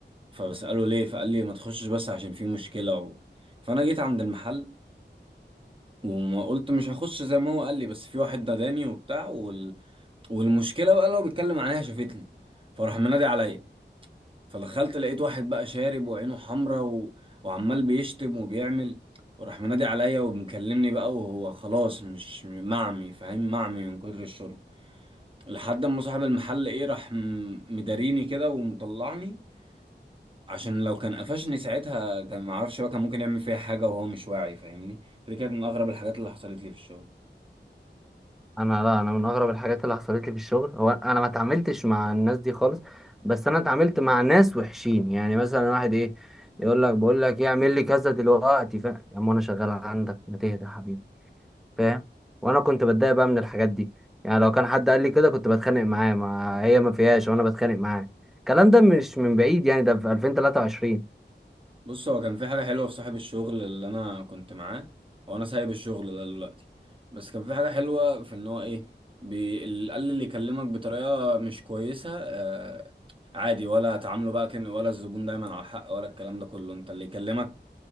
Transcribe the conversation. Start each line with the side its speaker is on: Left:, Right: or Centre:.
Right: فبسأله ليه فقال لي ما تخشش بس عشان في مشكلة و... فانا جيت عند المحل وما قلت مش هخش زي ما هو قال لي بس في واحد داداني وبتاع وال... والمشكله بقى لو بيتكلم عليها شافتني فراح منادي عليا فدخلت لقيت واحد بقى شارب وعينه حمرا و... وعمال بيشتم وبيعمل وراح منادي عليا ومكلمني بقى وهو خلاص مش معمي فاهم معمي من كتر الشرب لحد ما صاحب المحل ايه راح م- مداريني كده ومطلعني عشان لو كان قفشني ساعتها كان معرفش بقى كان ممكن يعمل فيها حاجة وهو مش واعي فاهمني فدي كانت من أغرب الحاجات اللي حصلت لي في الشغل
Centre: انا لا انا من اغرب الحاجات اللي حصلت لي في الشغل هو انا ما اتعاملتش مع الناس دي خالص بس انا اتعاملت مع ناس وحشين يعني مثلا واحد ايه يقول لك بقول لك ايه اعمل لي كذا دلوقتي فاهم يا عم انا شغال عندك ما تهدى يا حبيبي فاهم وانا كنت بتضايق بقى من الحاجات دي يعني لو كان حد قال لي كده كنت بتخانق معاه ما هي ما فيهاش وانا بتخانق معاه الكلام ده مش من بعيد يعني ده في 2023
Right: بص هو كان في حاجة حلوة في صاحب الشغل اللي أنا كنت معاه وأنا سايب الشغل ده دلوقتي بس كان في حاجة حلوة في إن هو إيه بي... اللي قال اللي يكلمك بطريقة مش كويسة آه عادي ولا تعامله بقى كان ولا الزبون دايما على حق ولا الكلام ده كله أنت اللي يكلمك